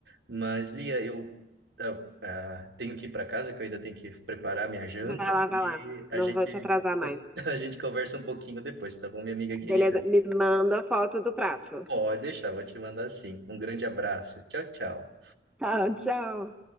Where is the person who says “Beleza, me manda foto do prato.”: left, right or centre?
Centre